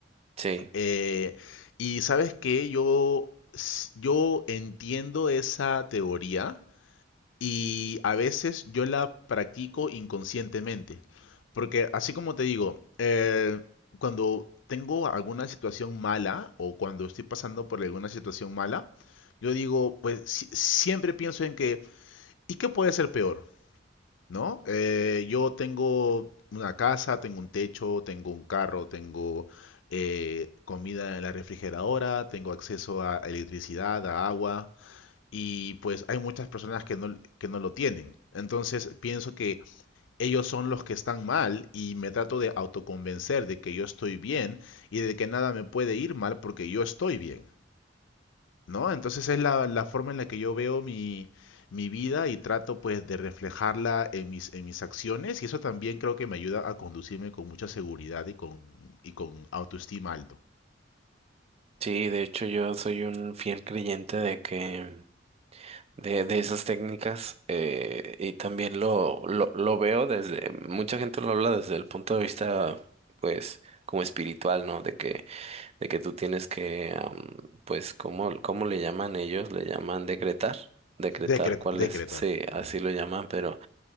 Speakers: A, on the right; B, on the left.
A: Sí,
B: Eh, y sabes que yo, s- yo entiendo esa teoría y a veces yo la practico inconscientemente. Porque así como te digo, eh, cuando tengo alguna situación mala o cuando estoy pasando por alguna situación mala, yo digo, pues si- siempre pienso en que, ¿y qué puede ser peor? ¿no? Eh, yo tengo una casa, tengo un techo, tengo un carro, tengo eh, comida en la refrigeradora, tengo acceso a electricidad, a agua, y pues hay muchas personas que no, que no lo tienen. Entonces pienso que ellos son los que están mal y me trato de autoconvencer de que yo estoy bien y de que nada me puede ir mal porque yo estoy bien. ¿no? Entonces es la, la forma en la que yo veo mi, mi vida y trato pues de reflejarla en mis, en mis acciones y eso también creo que me ayuda a conducirme con mucha seguridad y con, y con autoestima alto.
A: sí, de hecho yo soy un fiel creyente de que de, de esas técnicas eh, y también lo, lo, lo veo desde, mucha gente lo habla desde el punto de vista, pues, como espiritual, ¿no? De que, de que tú tienes que, am, pues, ¿cómo, cómo le llaman ellos? Le llaman decretar, decretar
B: Decret,
A: cuál
B: decretar.
A: es, sí,
B: Mm.
A: así lo llaman, pero